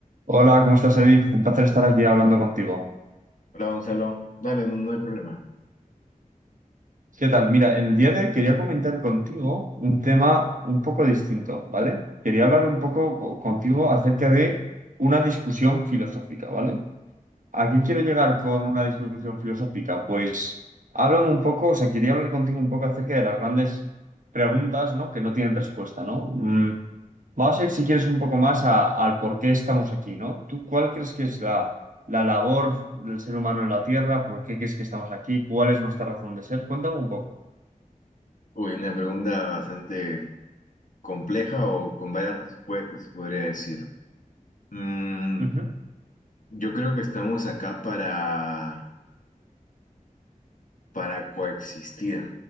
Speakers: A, on the right; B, on the left.
A: Hola, ¿cómo estás, Eddie? Un placer estar aquí hablando contigo.
B: Hola Gonzalo, dale, no, no hay problema.
A: ¿Qué tal? Mira, en el día de hoy quería comentar contigo un tema un poco distinto, ¿vale? Quería hablar un poco co- contigo acerca de una discusión filosófica, ¿vale? ¿A qué quiero llegar con una discusión filosófica? Pues háblame un poco, o sea, quería hablar contigo un poco acerca de las grandes preguntas, ¿no? Que no tienen respuesta, ¿no? Mm, Vamos a ir, si quieres, un poco más a- al por qué estamos aquí, ¿no? ¿Tú cuál crees que es la, la labor del ser humano en la Tierra? ¿Por qué crees que estamos aquí? ¿Cuál es nuestra razón de ser? Cuéntame un poco.
B: Uy, una pregunta bastante compleja o con varias respuestas, se podría decir. Mm,
A: Ujú,
B: yo creo que estamos acá para, para coexistir,